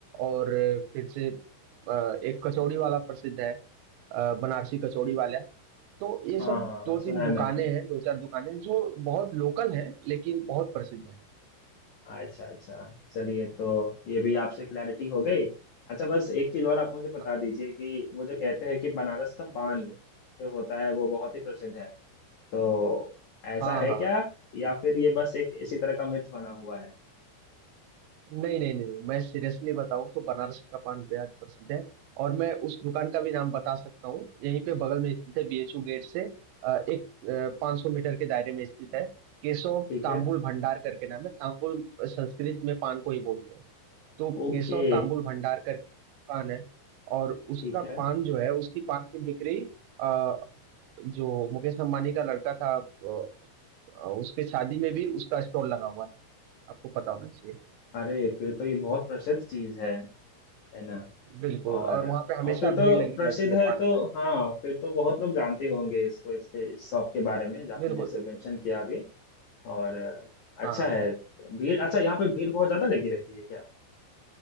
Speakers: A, on the right; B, on the left.
A: और अ, फिर से अ, एक कचौड़ी वाला प्रसिद्ध है अ, बनारसी कचौड़ी वाला तो ये
B: हाँ
A: सब दो
B: सुना
A: तीन
B: है
A: दुकानें
B: मैंने
A: हैं दो चार दुकानें हैं, जो बहुत लोकल हैं लेकिन बहुत प्रसिद्ध हैं
B: अच्छा अच्छा चलिए तो ये भी आपसे क्लैरिटी हो गई अच्छा बस एक चीज और आप मुझे बता
A: हाँ हाँ,
B: दीजिए कि वो जो कहते हैं कि बनारस का पान
A: बिल्कुल
B: जो होता है वो बहुत ही प्रसिद्ध है तो ऐसा
A: हाँ
B: है
A: हाँ
B: क्या या फिर ये बस एक इसी तरह का मिथ बना हुआ है
A: नहीं नहीं नहीं मैं सीरियसली बताऊं तो बनारस का पान बेहद प्रसिद्ध है और मैं उस दुकान का भी नाम बता सकता हूँ यहीं पे बगल में स्थित है बीएचयू गेट से अ, एक पाँच सौ मीटर के दायरे में स्थित है केशव
B: ठीक
A: तांबुल
B: है
A: भंडार करके नाम है तांबुल संस्कृत में पान को ही बोलते हैं तो केशव
B: ओके
A: तांबुल भंडार करके दुकान है और उसका
B: ठीक है
A: पान जो है उसकी पान की बिक्री अ, जो मुकेश अंबानी का लड़का था अ, अ, उसके शादी में भी उसका स्टॉल लगा हुआ था आपको पता होना चाहिए
B: अरे फिर तो ये बहुत प्रसिद्ध चीज है है ना
A: बिल्कुल
B: और
A: और वहाँ पे हमेशा
B: और फिर तो
A: भीड़ लगी
B: प्रसिद्ध
A: रहती है
B: है
A: पान
B: तो
A: खाने के
B: हाँ
A: लिए
B: फिर तो बहुत लोग जानते होंगे इसको इसके इस शॉप के बारे में जो आपने
A: बिल्कुल
B: जैसे
A: बिल्कुल
B: मेंशन किया अभी और अच्छा
A: हाँ
B: है भीड़ अच्छा यहाँ पे भीड़ बहुत ज्यादा लगी रहती है क्या